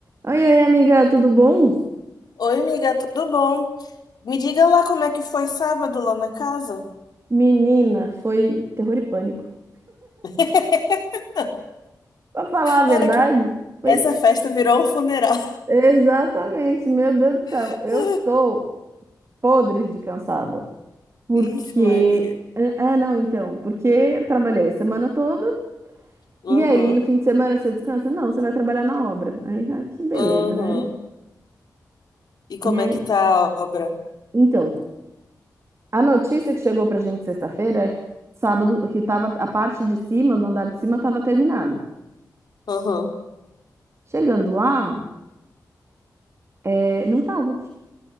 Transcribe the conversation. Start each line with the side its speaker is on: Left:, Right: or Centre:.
Right: Oi, oi, amiga, tudo bom?
Left: Oi, amiga, tudo bom? Me diga lá como é que foi sábado lá na casa.
Right: Menina, foi terror e pânico.
Left: <laughs>
Right: Pra falar a verdade,
Left: Ai, que-
Right: foi
Left: Essa festa virou um funeral.
Right: exatamente, meu Deus do céu,
Left: <laughs>
Right: eu tô podre de cansada. Porque.
Left: Ixi, Maria.
Right: Ah, ah, não, então, porque trabalhei a semana toda
Left: Uhum,
Right: e aí no fim de semana você descansa? Não, você vai trabalhar na obra. Aí, ah, que beleza,
Left: uhum.
Right: né?
Left: E
Right: E
Left: como
Right: aí,
Left: é que tá a obra?
Right: então, a notícia que chegou pra gente sexta-feira, é que sábado, que tava a parte de cima, do andar de cima, tava terminada.
Left: Uhum.
Right: Chegando lá, é, não tava.